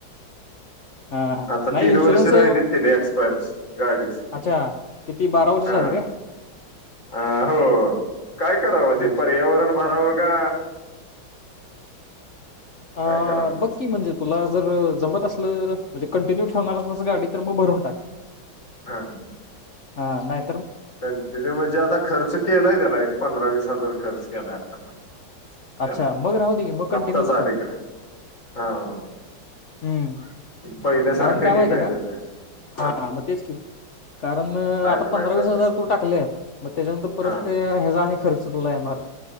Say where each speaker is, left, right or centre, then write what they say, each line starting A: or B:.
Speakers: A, on the left; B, on the left.
A: हा हा
B: आता
A: नाही
B: तीन
A: इन्शुरन्स
B: वर्ष राहिली तिला एक्सपायरची गाडीची
A: अच्छा किती बारा वर्ष झाली
B: हा
A: काय
B: हो काय करावं ती
A: अच्छा
B: पर्यावरण भरावं का काय
A: अ
B: करावं त्याच
A: बघ की म्हणजे तुला जर जमत असलं म्हणजे कंटिन्यू ठेवणार असणारासा गाडी तर मग भरून टाक.
B: हा हा
A: हा नाही
B: कंटिन्यू म्हणजे आता खर्च केलाय त्याला एक पंधरा वीस हजार खर्च केलाय आता पण. त्याला
A: अच्छा मग राहू दे मग कंटिन्यूच
B: आत्ताच अलीकडे
A: कर
B: हा
A: हम हा
B: पहिल्यासारखं
A: कारण का माहिती
B: हे नाही
A: आहे
B: त्याच
A: का
B: ह
A: हा मग तेच की कारण आता
B: लाईफ नाही
A: पं तु
B: पहिल्यास
A: टाकल्यात मग त्याच्यानंतर परत
B: हा
A: ते ह्याचा आणि खर् तुला नाय येणार.